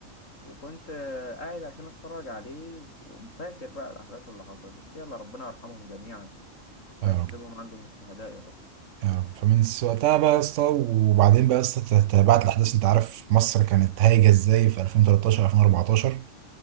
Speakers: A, on the left; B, on the right.
A: وكنت آه، قاعد عشان اتفرج عليه وفاكر بقى الاحداث اللي حصلت بس يلا ربنا يرحمهم جميعا ويحسبهم
B: يا رب
A: عنده من الشهداء يا رب
B: يا رب فمن س- وقتها بقى يا اسطى وبعدين بقى يا اسطى تابعت الأحداث أنت عارف مصر كانت هايجة إزاي في 2013 2014